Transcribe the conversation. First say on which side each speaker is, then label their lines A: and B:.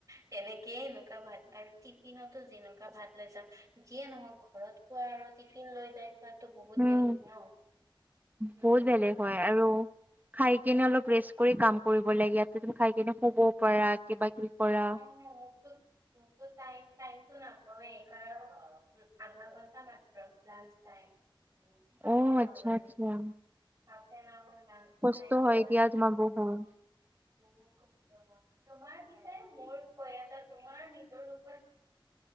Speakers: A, on the right (about 40°); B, on the right (about 20°).
A: তেনেকেই এনেকুৱা ভাত আৰু টিফিনতো যেনেকুৱা ভাত লৈ যাওঁ, যিয়ে নহওঁক ঘৰত খোৱা আৰু টিফিন লৈ যাই খোৱাতো বহুত
B: উম
A: বেলেগ। ন উম,
B: বহুত বেলেগ
A: মোৰতো
B: হয় আৰু খাই কিনে অলপ ৰেষ্ট কৰি কাম কৰিব লাগে, ইয়াতে তুমি খাই কেনে শুবও পাৰা কিবা কিবি কৰা।
A: অ', <unintelligible> টাইম টাইমটো নাপাওঁ এ কাৰন, আধা ঘণ্টা মাত্ৰ লাঞ্চ টাইম। হাফ
B: অ
A: এন
B: আচ্ছা
A: আৱাৰ,
B: আচ্ছা
A: হাফ এন আৱাৰ লাঞ্চ
B: কষ্ট
A: টাইম
B: হয়
A: দেন
B: দিয়া
A: আকৌ
B: তোমাৰ বহুত।
A: বহুত কষ্ট হয়, তোমাৰ পিছে মোৰ কৈ আছা তোমাৰ নিজৰ <unintelligible> <inaudible>